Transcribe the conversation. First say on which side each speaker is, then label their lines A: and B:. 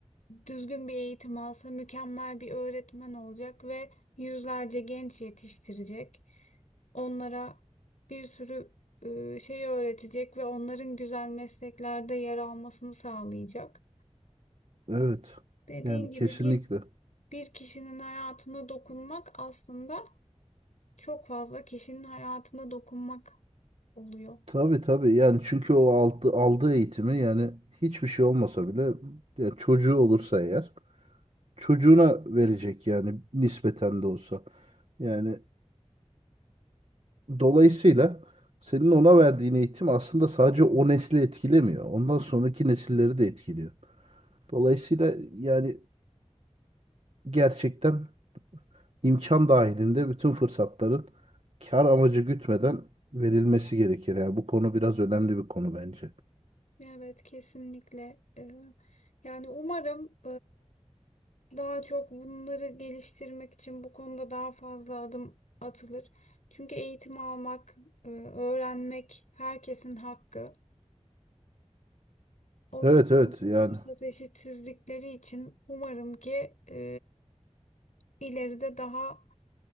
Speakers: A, on the left; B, on the right.
A: düzgün bir eğitim alsa mükemmel bir öğretmen olacak ve yüzlerce genç yetiştirecek. Onlara bir sürü e, şey öğretecek ve onların güzel mesleklerde yer almasını sağlayacak.
B: Evet.
A: Dediğin
B: Yani
A: gibi
B: kesinlikle.
A: bir bir kişinin hayatına dokunmak aslında çok fazla kişinin hayatına dokunmak oluyor.
B: Tabii tabii yani çünkü o aldı, aldığı eğitimi yani hiçbir şey olmasa bile yani çocuğu olursa eğer çocuğuna verecek yani nispeten de olsa. Yani dolayısıyla senin ona verdiğin eğitim aslında sadece o nesli etkilemiyor. Ondan sonraki nesilleri de etkiliyor. Dolayısıyla yani gerçekten imkan dahilinde bütün fırsatların kar amacı gütmeden verilmesi gerekir. Yani bu konu biraz önemli bir konu bence.
A: Evet kesinlikle. Ee, yani umarım e, daha çok bunları geliştirmek için bu konuda daha fazla adım atılır. Çünkü eğitim almak, e, öğrenmek herkesin hakkı. O
B: Evet
A: yüzden
B: evet
A: bu
B: yani
A: fırsat eşitsizlikleri için umarım ki e, ileride daha